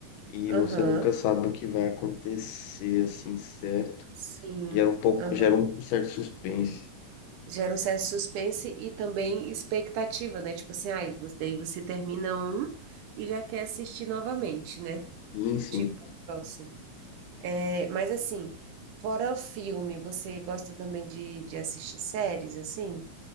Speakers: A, on the left (about 80°); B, on the right (about 75°).
A: e
B: Aham.
A: você nunca sabe o que vai acontecer assim, certo?
B: Sim.
A: Gera um pouco,
B: Aham.
A: gera um certo suspense.
B: gera um certo suspense e também expectativa, né? Tipo assim, ai, você- daí você termina um e já quer assistir novamente, né?
A: Sim, sim.
B: Tipo, o próximo. É, mas assim, fora o filme, você gosta também de, de assistir séries, assim?